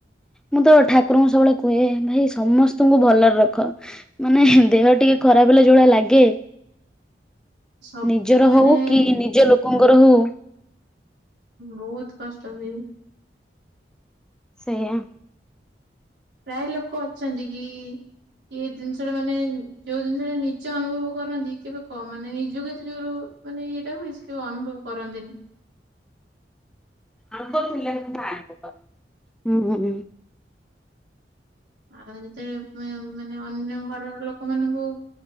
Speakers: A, in the centre; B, on the right.
A: ମୁଁ ତ ଠାକୁରଙ୍କୁ ସବୁବେଳେ କୁହେ ଭାଇ ସମସ୍ତଙ୍କୁ ଭଲରେ ରଖ। ମାନେ ଦେହ ଟିକେ ଖରାପ ହେଲେ ଯଉଳିଆ ଲାଗେ।
B: ସବୁ
A: ନିଜର
B: ମାନେ
A: ହଉ କି ନିଜ ଲୋକଙ୍କର ହଉ।
B: ବହୁତ କଷ୍ଟ ହୁଏ।
A: ସେଇଆ।
B: ପ୍ରାୟ ଲୋକ ଅଛନ୍ତି କି କି ଏ ଜିନିଷ ଟା ମାନେ ଯୋଉ ଜିନିଷ ଟା ନିଜେ ଅନୁଭବ କରନ୍ତି କିନ୍ତୁ କନ୍ ମାନେ ନିଜକୁ ଏତେ ଜୋର୍ ମାନେ ଇଏଟା କୁ ବେଶି କେହି ଅନୁଭବ କରନ୍ତିନି।
A: ଆପିଲ ଆପଁଁ <inaudible>
B: ଆଉ ଯେତେବେଳେ ମାନେ ଅନ୍ୟ ଘରର ଲୋକମାନଙ୍କୁ